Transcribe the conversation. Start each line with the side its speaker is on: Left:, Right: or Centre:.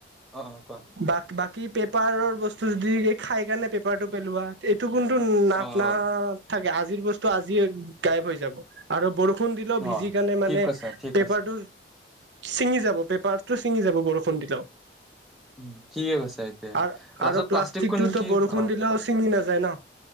Centre: অ অ কোৱা
Right: বা বাকী পেপাৰৰ বস্তু যদি খাই কেনে পেপ পেপাৰটো পেলোৱা এইটো কোনটো নাক
Centre: অ
Right: নাক
Centre: অ
Right: থাকে আজিৰ বস্তু আজি গায়েব হৈ যাব আৰু বৰষুণ <unintelligible> দিলেও ভিজি
Centre: অ
Right: কেনে মানে
Centre: ঠিক কৈছা ঠিক
Right: পেপাৰটো
Centre: কৈছা
Right: ছিঙি যাব। পেপাৰটো ছিঙি যাব বৰষুণ দিলেও।
Centre: উম ঠিকে কৈছা এতিয়া
Right: আৰু
Centre: লাষ্টত
Right: আৰু
Centre: প্লাষ্টিকখন
Right: প্লাষ্টিকটোতো
Centre: কি
Right: বৰষুণ
Centre: অ'
Right: দিলেও
Centre: ক
Right: ছিঙি নাযায় ন